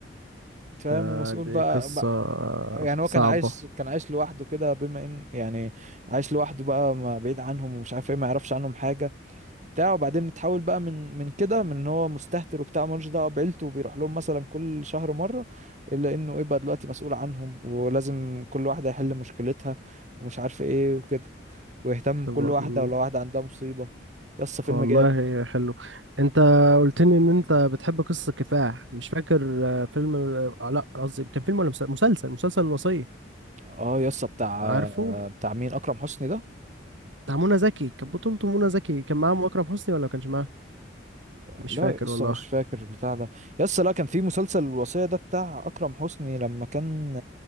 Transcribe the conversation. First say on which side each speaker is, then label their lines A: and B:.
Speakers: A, on the right (about 40°); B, on the right (about 80°).
A: فاهم
B: ده
A: ومسؤول
B: دي
A: بقى
B: قصه
A: يعني هو كان
B: صعبه
A: عايش كان عايش لوحده كده بما ان يعني عايش لوحده بقى ما بعيد عنهم ومش عارف ايه ما يعرفش عنهم حاجه بتاع وبعدين اتحول بقى من من كده من ان هو مستهتر وبتاع ملوش دعوه بعيلته وبيروح لهم مثلا كل شهر مره الا انه ايه بقى دلوقتي مسؤول عنهم ولازم كل واحده يحل مشكلتها ومش عارف ايه وكده ويهتم
B: طب-
A: بكل واحده ولو واحده عندها مصيبه يسطا فيلم
B: والله
A: جامد
B: حلو انت قلت لي ان انت بتحب قصه كفاح مش فاكر آه، فيلم آه، لا قصدي كان فيلم ولا مسلسل مسلسل مسلسل الوصيه
A: اه يسطا بتاع
B: عارفه
A: بتاع مين اكرم حسني ده
B: بتاع منى زكي كانت بطولته منى زكي كان معاهم اكرم حسني ولا ما كانش معاهم مش
A: لا
B: فاكر
A: لسه
B: والله
A: مش فاكر بتاع ده يسا لا كان في مسلسل الوصية ده بتاع أكرم حسني لما كان